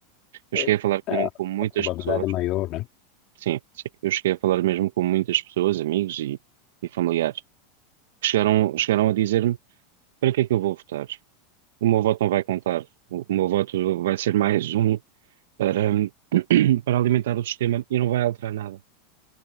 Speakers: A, on the right; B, on the left.
A: Eu
B: É,
A: cheguei a falar com, com muitas
B: a probabilidade
A: pessoas,
B: é maior, né?
A: sim, sim, eu cheguei a falar mesmo com muitas pessoas, amigos e, e familiares, que chegaram, chegaram a dizer-me para que é que eu vou votar? O meu voto não vai contar, o meu voto vai ser mais um para, <clears throat> para alimentar o sistema e não vai alterar nada.